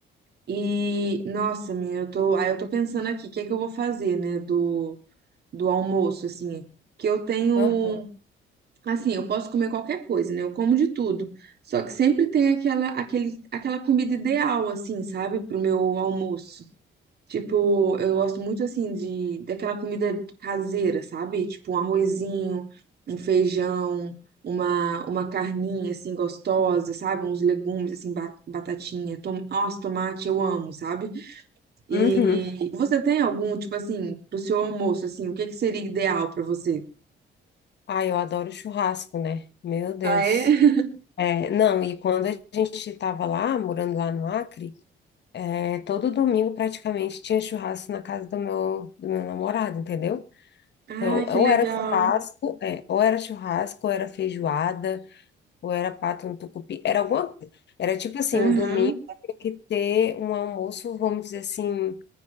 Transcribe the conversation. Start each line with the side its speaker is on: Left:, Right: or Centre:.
Right: E, nossa, minha, eu tô, aí eu tô pensando aqui, o que é que eu vou fazer, né, do, do almoço, assim, que eu tenho,
Left: Aham.
Right: assim, eu posso comer qualquer coisa, né, eu como de tudo, só que sempre tem aquela, aquele, aquela comida ideal, assim, sabe, pro meu almoço. Tipo, eu gosto muito, assim, de, daquela comida caseira, sabe, tipo um arrozinho, um feijão, uma, uma carninha, assim, gostosa, sabe, uns legumes, assim, ba- batatinha, tom, nossa, tomate, eu amo, sabe? E
Left: Uhum.
Right: você tem algum, tipo assim, pro seu almoço, assim, o que que seria ideal pra você?
Left: Ai, eu adoro churrasco, né? Meu Deus.
Right: Ah, é? <laughs>
Left: É, não, e quando a gente estava lá, morando lá no Acre, é, todo domingo praticamente tinha churrasco na casa do meu, do meu namorado, entendeu?
Right: Ah,
Left: Então, ou
Right: que legal.
Left: era churrasco, é, ou era churrasco, ou era feijoada, ou era pato no tucupi, era alguma coisa. Era tipo assim,
Right: Aham,
Left: o domingo tinha que ter um almoço, vamos dizer assim,